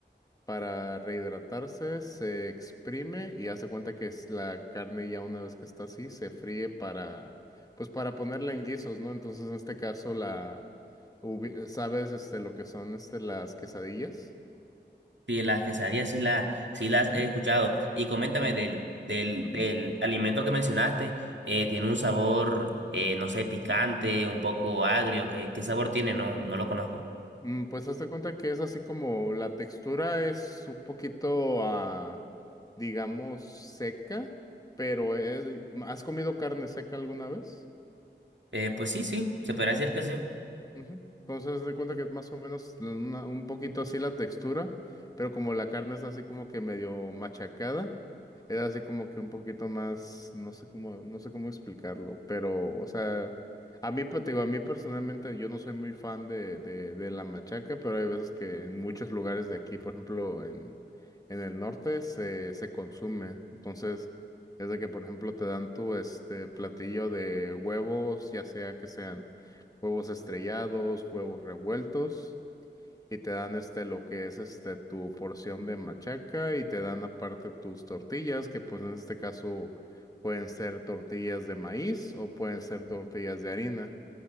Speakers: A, on the left; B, on the right.
A: para rehidratarse, se exprime y hace cuenta que es la carne ya una vez que está así, se fríe para, pues para ponerla en guisos, ¿no? Entonces, en este caso, la, ubi- ¿sabes, este, lo que son, este, las quesadillas?
B: Sí, las quesadillas sí, las sí las
A: Ujú,
B: he escuchado. Y coméntame del, del,
A: ujú.
B: del alimento que mencionaste. eh, ¿tiene un sabor, eh, no sé, picante, un poco agrio?
A: Mm,
B: ¿Qué, qué sabor tiene? No, no lo conozco.
A: mm, Pues hazte cuenta que es así como la textura es un poquito, ah, digamos, seca, pero es, ¿has comido carne seca alguna vez?
B: Eh, pues sí, sí, se podría decir que sí.
A: Ujú. Entonces, haz de cuenta que es más o menos una- un poquito así la textura, pero como la carne está así como que medio machacada, era así como que un poquito más, no sé cómo, no sé cómo explicarlo, pero, o sea, a mí, pues, te digo, a mí personalmente yo no soy muy fan de, de, de la machaca, pero hay veces que en muchos lugares de aquí, por ejemplo, en, en el norte se, se consume, entonces... Es de que, por ejemplo, te dan tu este platillo de huevos, ya sea que sean huevos estrellados, huevos revueltos, y te dan este lo que es este tu porción de machaca y te dan aparte tus tortillas, que pues en este caso pueden ser tortillas de maíz o pueden ser tortillas de harina,